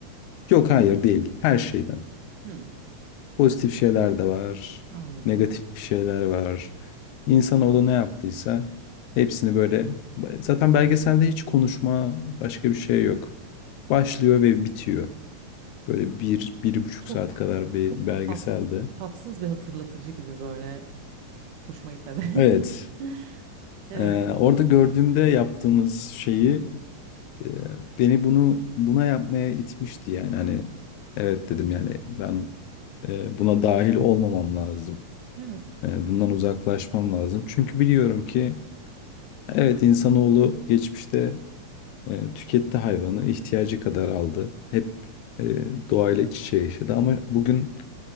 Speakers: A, on the left (about 80°); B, on the right (about 85°).
A: Yok hayır değil. Her şeyden.
B: Hı.
A: Pozitif şeyler de var.
B: Anladım.
A: Negatif şeyler var. İnsanoğlu ne yaptıysa hepsini böyle zaten belgeselde hiç konuşma başka bir şey yok. Başlıyor ve bitiyor. Böyle bir, bir buçuk
B: Çok
A: saat kadar bir
B: çok
A: belgeselde.
B: tat, tatsız bir hatırlatıcı gibi böyle Hoşuma gitmedi.
A: Evet.
B: <laughs> Evet.
A: Ee, orada gördüğümde yaptığımız şeyi e, beni bunu buna yapmaya itmişti yani hani evet dedim yani ben e, buna dahil olmamam lazım.
B: Evet.
A: E, bundan uzaklaşmam lazım. Çünkü biliyorum ki Evet insanoğlu geçmişte e, tüketti hayvanı, ihtiyacı kadar aldı. Hep e, doğayla iç içe yaşadı ama bugün